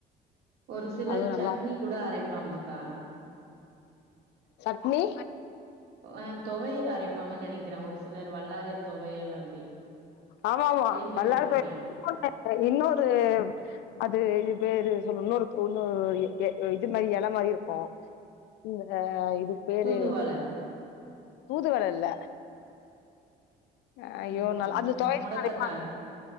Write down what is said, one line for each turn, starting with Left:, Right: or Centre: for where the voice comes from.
Right: ஒரு சிலர்
Left: அதுவு நல்லா
Right: சட்னி கூட அரைப்பாங்கக்கா
Left: சட்னி
Right: அ தொவையல் அரைப்பாங்கன் நெனைக்கிற ஒரு சிலர் வல்லாறை தொவையல் அப்டி
Left: ஆமாமா
Right: கேள்விப்பட்ருக்கே
Left: வல்லார தொ <inaudible> இன்னொரு அது பேரு சொல் இன்னொரு தொண்ணூறு எ இது மாரி எல மாரி இருக்கு இந்த இது பேரு
Right: தூதுவள
Left: தூதுவல இல்ல ஆ ஐயோ
Right: என்னன்னு
Left: நாள்
Right: தெர்ல
Left: அது தொவயல்
Right: மொடக்கத்தான்
Left: அரைப்பா